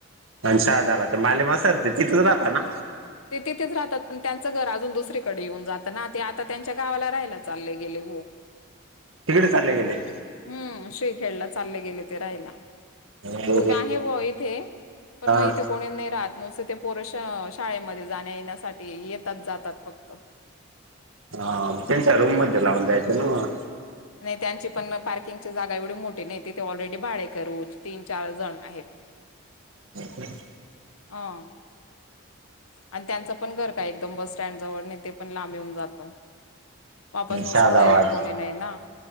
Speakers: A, on the right (about 70°); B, on the left (about 80°).
A: आणि शाळ झाला तर माले म सरते तिथच राहता ना.
B: ते तिथेच राहतात पण त्यांचं घर अजून दुसरीकडे येऊन जातं ना ते आता त्यांच्या गावाला राहायला चालले गेले व. <unintelligible>
A: तिकडे चालले गेले.
B: हम्म श्री खेळला चालले गेले ते राहायला.
A: हा
B: रूम आहे व इथे पण मग
A: हा
B: इथे कोणी नाही राहत नुसते ते पोर शाळेमध्ये जाण्या येण्यासाठी येतात जातात फक्त.
A: हा त्यांच्या रूममध्ये लावून जायचं ना मग.
B: नाही त्यांची पण पार्किंगची जागा एवढी मोठी नाही तिथे ऑलरेडी भाडेकरू तीन चार जण आहेत. <inaudible>
A: ह ह.
B: ह. आणि त्यांचं पण घर काय एकदम बस स्टँड जवळ नाही ते पण लांबे होऊन जातं. वापस मग
A: शहादावाद
B: सोडायला कोणी नाही ना.